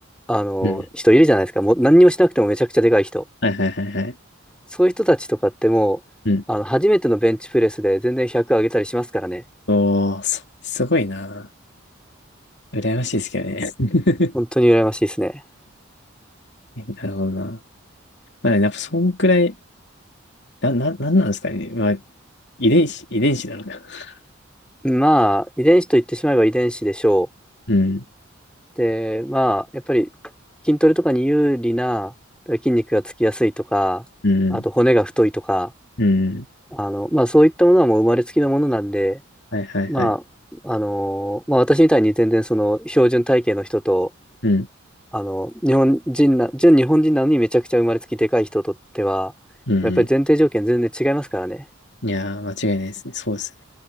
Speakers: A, in the centre; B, on the left.
A: あの、
B: うん。
A: 人いるじゃないですか。もう何にもしなくてもめちゃくちゃでかい人。
B: はいはいはいはい。
A: そういう人たちとかってもう、
B: うん。
A: あの、初めてのベンチプレスで全然100上げたりしますからね。
B: おー、そすごいな。羨ましいですけどね。<laughs>
A: 本当に羨ましいですね。
B: えなるほどな。まあ、やっぱそんくらい、な、な、なんなんですかね。まあ、遺伝子、遺伝子なのか。<laughs>
A: まあ、遺伝子と言ってしまえば遺伝子でしょ
B: うん、
A: う。で、まあ、やっぱり筋トレとかに有利な筋肉がつきやすいとか、
B: うん、
A: あと骨が太いとか、
B: うん。
A: あの、まあそういったものはもう生まれつきのものなんで、
B: はいはいはい。
A: まあ、あの、まあ私みたいに全然その標準体型の人と
B: うん、
A: あの、日本人な、純日本人なのにめちゃくちゃ生まれつきでかい人とっては、
B: うん。うん
A: やっぱり前提条件全然違いますからね。
B: いやー、間違いないですね。そうですね。